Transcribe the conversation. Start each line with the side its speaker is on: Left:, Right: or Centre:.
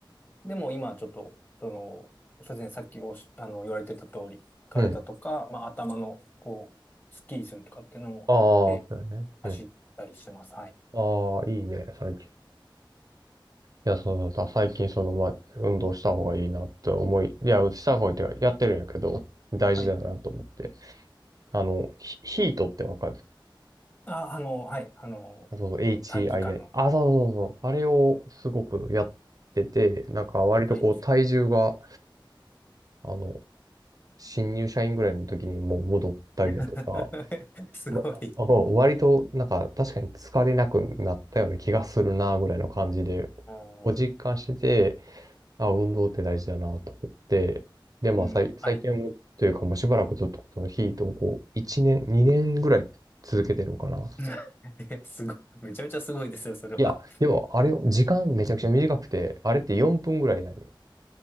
Left: でも今ちょっと、その、そうですね、さっきおし、あの、言われてた通り、体とか、
Right: うん。
Left: まあ頭の、こう、スッキリするとかっていうのもあって、
Right: ああ、そうよね。
Left: 走ったりしてます。
Right: うん。
Left: はい。
Right: ああ、いいね、最近。いや、そうそうだ。最近、その、まあ、運動した方がいいなって思い、いや、した方がいいっていうか、やってるんやけど、大事だなと思って。
Left: はい。
Right: あの、ヒヒートってわかる
Left: あ、あの、はい。あの、
Right: そうそう、HII。
Left: 短期間の。
Right: あ、そうそうそうそう。あれをすごくやってて、なんか割とこう体重が、
Left: はい。
Right: あの、新入社員ぐらいの時にもう戻ったりだとか、
Left: <laughs> すごい。
Right: わ、あ割となんか確かに疲れなくなったような気がするな、ぐらいの感じで、
Left: うん、
Right: お実感してて、あ、運動って大事だな、と思って、で、まあ、
Left: うんはい。
Right: さい、最近はもう、というかもうしばらくずっとそのヒートをこう、1年、2年ぐらい続けてるのかな。
Left: <laughs> えすごい。めちゃめちゃすごいですよ、それは。
Right: いや、でもあれよ、時間めちゃくちゃ短くて、あれって4分ぐらいなんよ。